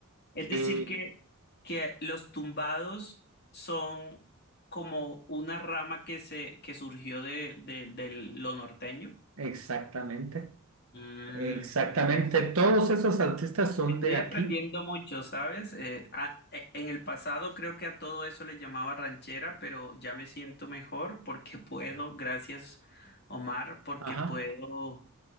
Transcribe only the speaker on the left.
Es
decir, que, que los tumbados son como una rama que se, que surgió de, de- de lo norteño.
Mm,
Ok,
Estoy
aprendiendo mucho, ¿sabes? Eh, a- e- en el pasado creo que a todo eso le llamaba ranchera, pero ya me siento mejor porque <laughs> puedo, gracias Omar, porque
puedo